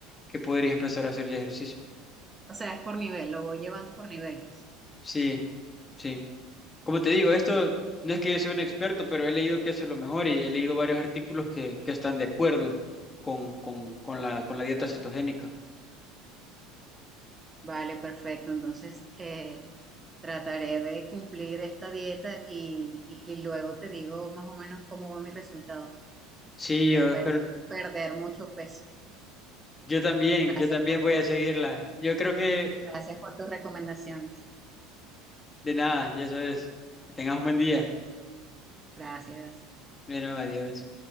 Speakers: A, on the left (about 25°); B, on the right (about 20°).
A: que podrías empezar a hacer ya ejercicio.
B: O sea, es por nivel, lo voy llevando por niveles.
A: Sí, sí. Como te digo, esto
B: ok.
A: no es que yo sea un experto, pero he leído que eso es lo mejor y he leído varios artículos que, que están de acuerdo con, con, con la, con la dieta cetogénica.
B: Vale, perfecto. Entonces, eh, trataré de cumplir esta dieta y, y- y luego te digo más o menos cómo va mi resultado.
A: Sí,
B: Espero
A: yo espero-
B: perder mucho peso.
A: yo también,
B: Gracias
A: yo también
B: por
A: voy
B: tu-
A: a seguirla. Yo creo que
B: gracias por tus recomendaciones.
A: De nada, ya sabes. Que tengas un buen día.
B: Gracias.
A: Bueno, adiós.